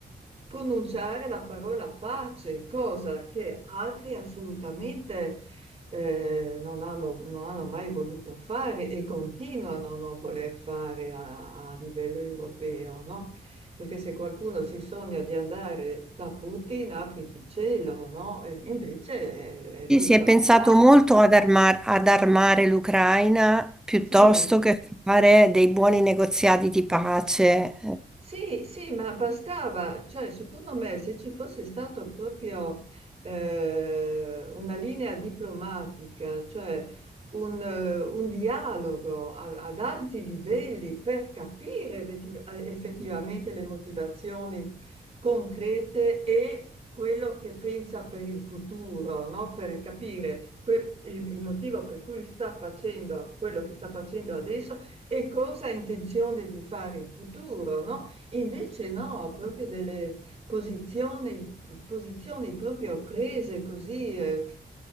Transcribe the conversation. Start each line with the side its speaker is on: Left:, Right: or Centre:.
Right: pronunciare la parola pace, cosa che altri assolutamente eh, non hanno, non hanno mai voluto fare e continuano a non voler fare a, a livello europeo, no? Perché se qualcuno si sogna di andare da Putin, apriti cielo, no? E invece eh,
Centre: Sì,
Right: lui
Centre: si
Right: ci
Centre: è
Right: ha
Centre: pensato
Right: parlato.
Centre: molto ad, armar- ad armare l'Ucraina piuttosto
Right: Sì,
Centre: che fare dei buoni negoziati di pace. Eh,
Right: Sì, sì, ma bastava, cioè secondo me se ci fosse stato proprio eh, una linea diplomatica, cioè un, eh, un dialogo a- ad alti livelli per capire effetti- eh, effettivamente le motivazioni concrete e quello che pensa per il futuro, no? Per capire que- il il motivo per cui sta facendo quello che sta facendo adesso e cosa ha intenzione di fare in futuro, no? Invece no, proprio delle posizioni, posizioni proprio prese così, eh,